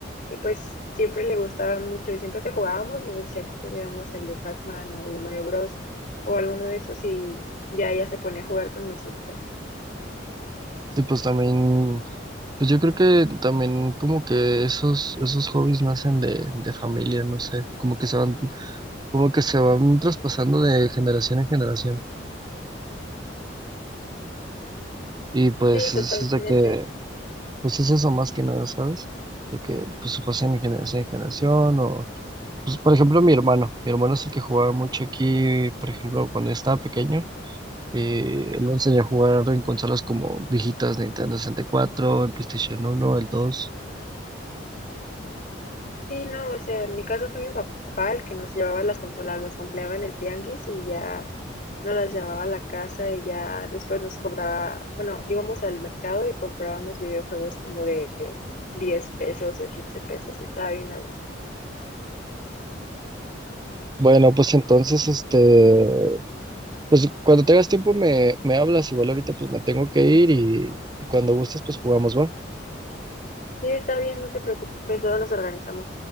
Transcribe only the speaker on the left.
Y pues siempre le gustaban mucho y siempre que jugábamos nos decía que pudiéramos el de Pac-Man o el de Mario Bros. o alguno de esos y ya ella se ponía a jugar con nosotras.
Sí, totalmente.
Sí, no, o sea, en mi caso fue mi papá el que nos llevaba las consolas, las compraba en el tianguis y ya nos las llevaba a la casa y ya después nos cobraba, bueno, íbamos al mercado y comprábamos videojuegos como de 10 pesos o 15 pesos y estaba bien a gusto.
Sí, está bien, no te preocupes, luego nos organizamos.